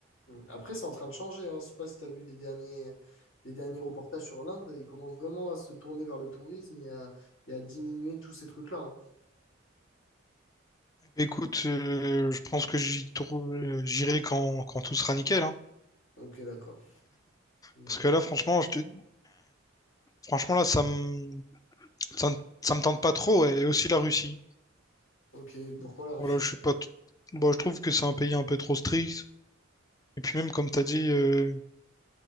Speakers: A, on the left (about 70°); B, on the left (about 20°).
A: Mm. Après, c'est en train de changer. Hein. Je sais pas si tu as vu des derniers, les derniers reportages sur l'Inde. Ils commencent vraiment à se tourner vers le tourisme et à, et à diminuer tous ces trucs-là. hein.
B: écoute, euh, je pense que j'y trou- euh, j'irai quand, quand tout sera nickel, hein.
A: Ok, d'accord. Ok,
B: Parce que là, franchement, je te- franchement, là, ça me, ça, me ça me tente pas trop, ouais. Et aussi la Russie.
A: Ok, pourquoi la Russie?
B: Voilà, je suis pas. t- Bon, je trouve que c'est un pays un peu trop strict. Et puis même, comme t'as dit, euh,